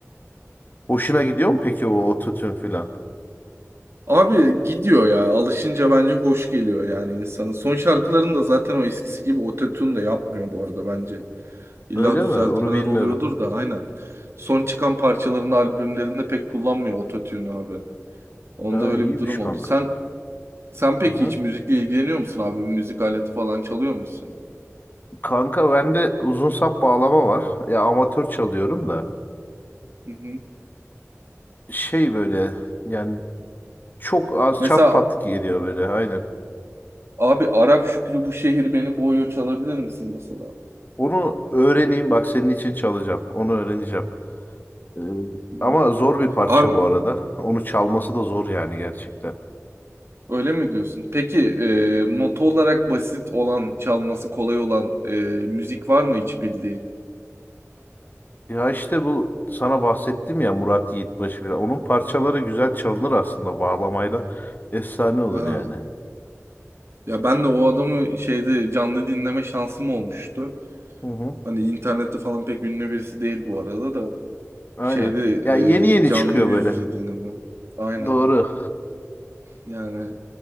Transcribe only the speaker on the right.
Abi gidiyor ya. Alışınca bence hoş geliyor yani insana. Son şarkılarını da zaten o eskisi gibi ototune da yapmıyor bu arada bence. İlla
düzeltmeler
oluyordur da aynen. Son çıkan parçalarını albümlerinde pek kullanmıyor ototune abi. Onda
öyle
bir durum
oldu. Sen sen peki
hiç müzikle ilgileniyor musun abi? Bir müzik aleti falan çalıyor musun?
Hı hı.
Mesela
Abi Arap Şükrü bu şehir beni boğuyor çalabilir misin mesela?
Hı hı.
Abi
öyle mi diyorsun? Peki e, nota olarak basit olan, çalması kolay olan e, müzik var mı hiç bildiğin?
Ha.
Ya ben de o adamı şeyde canlı dinleme şansım olmuştu.
Hani internette falan pek ünlü birisi değil bu arada da.
Şeyde
e, canlı
yüz
yüze dinleme. Aynen.
Yani